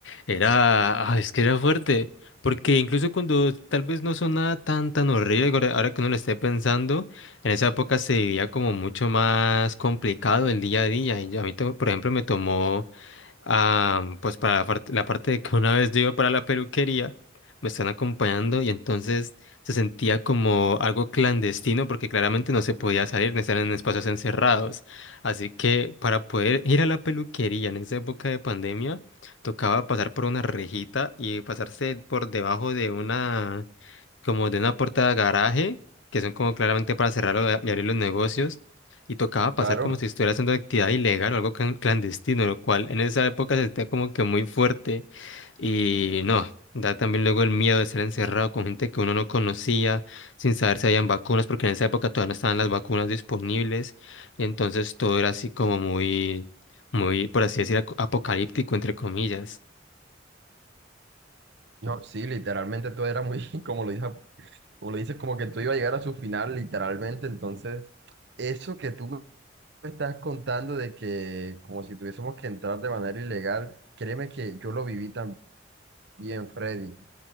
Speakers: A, on the left; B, on the right.
A: era, ah, es que era fuerte, porque incluso cuando tal vez no sonaba tan tan horrible, ahora ahora que uno lo esté pensando, en esa época se vivía como mucho más complicado el día a día. Y a mí, to- por ejemplo, me tomó ah, pues para la parte, la parte de que una vez yo iba para la peluquería, me están acompañando y entonces se sentía como algo clandestino porque claramente no se podía salir, no estar en espacios encerrados. Así que para poder ir a la peluquería en esa época de pandemia, tocaba pasar por una rejita y pasarse por debajo de una como de una puerta de garaje, que son como claramente para cerrar o a- y abrir los negocios, y tocaba pasar
B: claro.
A: como si estuviera haciendo actividad ilegal o algo clan- clandestino, lo cual en esa época se sentía como que muy fuerte y no. Da también luego el miedo de ser encerrado con gente que uno no conocía, sin saber si habían vacunas, porque en esa época todavía no estaban las vacunas disponibles, y entonces todo era así como muy, muy, por así decir, aco- apocalíptico, entre comillas.
B: No, sí, literalmente todo era muy, <laughs> como lo dices, como lo dices, como que todo iba a llegar a su final, literalmente. Entonces, eso que tú me estás contando de que como si tuviésemos que entrar de manera ilegal, créeme que yo lo viví también, Freddy.